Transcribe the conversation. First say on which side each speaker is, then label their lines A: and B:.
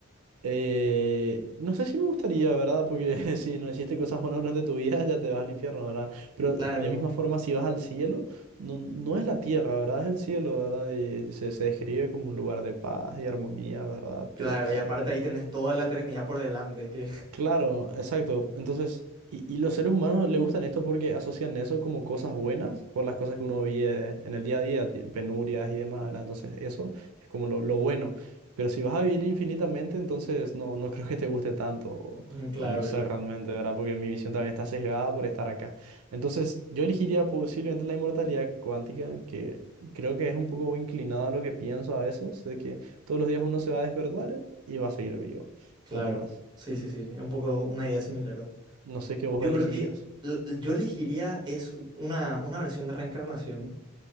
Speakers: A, on the right (about 85°); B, on the right (about 20°).
A: eh, no sé si me gustaría, ¿verdad? Porque <laughs> si no hiciste cosas buenas durante tu vida, ya te vas al infierno, ¿verdad? Pero
B: Claro,
A: de misma forma, si vas al cielo, no, no es la tierra, ¿verdad? Es el cielo, ¿verdad? Y se, se describe como un lugar de paz y armonía, ¿verdad?
B: claro,
A: Pero
B: y aparte ahí tenés toda la eternidad por delante, que <laughs>
A: Claro, exacto. Entonces, y, y los seres humanos le gustan esto porque asocian eso como cosas buenas por las cosas que uno vive en el día a día, ti- penurias y demás, ¿verdad? Entonces, eso es como lo, lo bueno. Pero si vas a vivir infinitamente, entonces no, no <laughs> creo que te guste tanto, o,
B: Mm, claro,
A: o no sé
B: claro,
A: realmente, ¿verdad? Porque mi visión también está sesgada por estar acá. Entonces, yo elegiría posiblemente la inmortalidad cuántica, que creo que es un poco inclinada a lo que pienso a veces, de que todos los días uno se va a despertar y va a seguir vivo,
B: claro.
A: ¿entendés?
B: Sí, sí, sí, un poco una idea similar.
A: No sé qué vos
B: Yo
A: elegirías.
B: creo que l- yo elegiría es u- una, una versión de reencarnación,